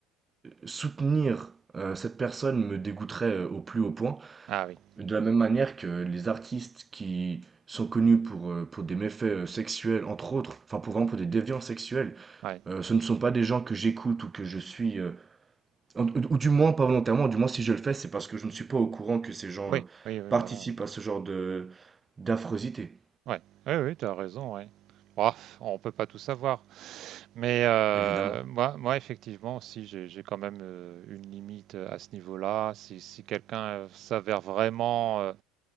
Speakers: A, on the right (about 25°); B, on the right (about 50°).
A: soutenir euh, cette personne me dégoûterait euh, au plus haut point.
B: Ah oui.
A: De la même manière que les artistes qui sont connus pour, euh, pour des méfaits euh, sexuels, entre autres, enfin pour vraiment pour des déviants sexuels,
B: Ouais.
A: euh, ce ne sont pas des gens que j'écoute ou que je suis, euh, en- ou ou du moins pas volontairement, du moins si je le fais, c'est parce que je ne suis pas au courant que ces gens
B: Oui,
A: euh,
B: oui, oui,
A: participent
B: voilà. ouais.
A: à ce genre de d'affreusité,
B: Ouais, oui, oui, tu as raison, ouais. Ouah, on peut pas tout savoir. Mais euh,
A: évidemment.
B: moi, moi, effectivement, si j'ai j'ai quand même euh, une limite euh, à ce niveau-là, si, si quelqu'un euh, s'avère vraiment euh,